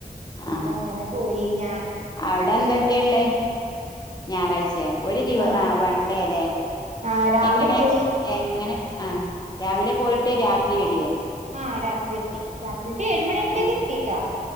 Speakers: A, on the right; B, on the left.
A: അപ്പൊ
B: ആ
A: അങ്ങനെ പോയി ഞാൻ
B: അവിടെ എന്തൊക്കെയെള്ളേ ഞായറാഴ്ചയ ഒരു ദിവ
A: ആ
B: വൺഡേല്ലേ
A: ആ രാവിലെ
B: എങ്ങനെ
A: പോയി
B: എങ്ങനെ ആഹ് രാവിലെ പോയിട്ട് രാത്രി വരിയേ
A: ആ രാത്രി എത്തി രാ ഏഴ്‌ മണിയാപ്പത്തേക്ക്
B: ആ
A: എത്തിട്ടാ